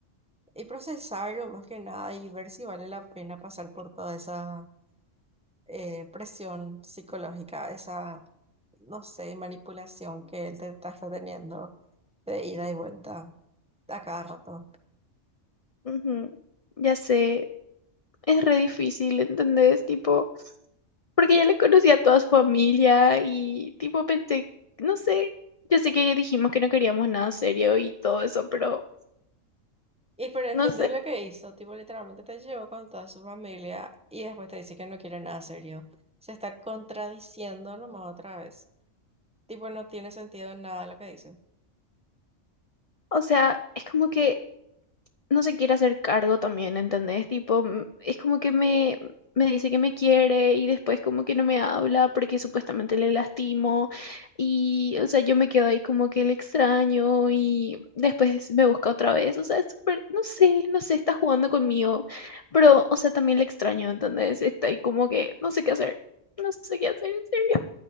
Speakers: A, in the centre; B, on the left.
A: y procesarlo más que nada y ver si vale la pena pasar por toda esa eh, presión psicológica, esa no sé, manipulación que él te está teniendo de ida y vuelta a cada rato.
B: Ujú, Ya sé, es re difícil, ¿entendés? Tipo, porque ya le conocía a toda su familia y tipo pensé, no sé, yo sé que dijimos que no queríamos nada serio y todo eso, pero
A: Y pero entendés
B: no sé,
A: lo que hizo, tipo literalmente te llevó con toda su familia y después te dice que no quiere nada serio. Se está contradiciendo nomás otra vez. Tipo, no tiene sentido en nada lo que dice.
B: o sea, es como que no se quiere hacer cargo también, ¿entendés? Tipo, mm, es como que me, me dice que me quiere y después como que no me habla porque supuestamente le lastimo y, o sea, yo me quedo ahí como que le extraño y después me busca otra vez, o sea, es súper, no sé, no sé, está jugando conmigo, pero, o sea, también le extraño, ¿entendés? Está ahí como que no sé qué hacer, no sé qué hacer, en serio.